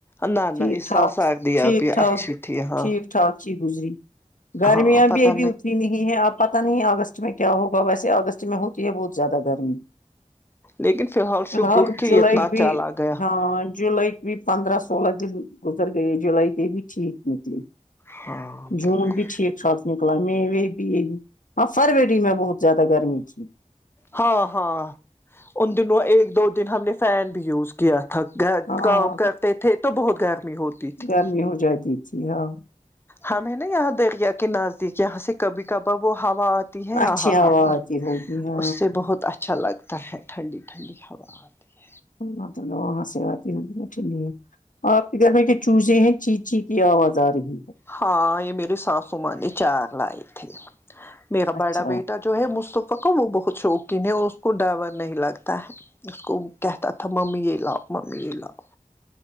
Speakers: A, on the left; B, on the left.
A: نہ
B: ٹھیک
A: نہ اس
B: ٹھاک
A: سال سردیاں
B: ٹھیک
A: بھی
B: ٹھاک
A: اچھی تھی ہاں
B: ٹھیک ٹھاک اچہی گزری گرمیاں
A: ہاں پتہ
B: بھی ابھی اتنی نہیں ہے آب پتا نہیں اگست میں کیا ہوگا ویسے اگست میں ہوتی ہے بہت زیادہ گرمی
A: لیکن فی الحال
B: فلحال
A: شکر کہ
B: جولائی
A: اتنا
B: بھی
A: چال آ گیا
B: ہاں جولائی بھی پندرہ سولہ دن گزر گئے جولائی کی بھی ٹھیک نکلی
A: ہاں
B: جون
A: بالکل
B: بھی ٹھیک ٹھاک نکلا مئی بھی ہاں فروری میں بہت زیادہ گرمی تھی
A: ہاں ہاں ان دنوں ایک دو دن ہم نے فین بھی یوز کیا تھا گا
B: ہاں
A: کام کرتے تھے تو بہت گرمی ہوتی تھی
B: گرمی ہو جاتی تھی ہاں
A: ہم ہے نا یہاں دریا کے نزدیک یہاں سے کبھی کبار وہ ہوا آتی ہے
B: اچھی
A: آہا
B: ہوا
A: ہا
B: آتی ہوگی یا
A: اس سے بہت اچھا لگتا ہے ٹھنڈی ٹھنڈی ہوا آتی ہے
B: مطلب سارا دن اٹھی نہیں ہے آپ کے گھر میں کے چوزیں ہیں چیچی کی آواز آ رہی ہے
A: ہاں یہ میری ساسوما نے چار لائے تھے میرا
B: اچھا
A: بڑا بیٹا جو ہے مصطفی کا وہ بہت شوقین ہے اور اس کو ڈر ور نہیں لگتا ہے اس کو کہتا تھا ممی یہ لاؤ ممی یہ لاؤ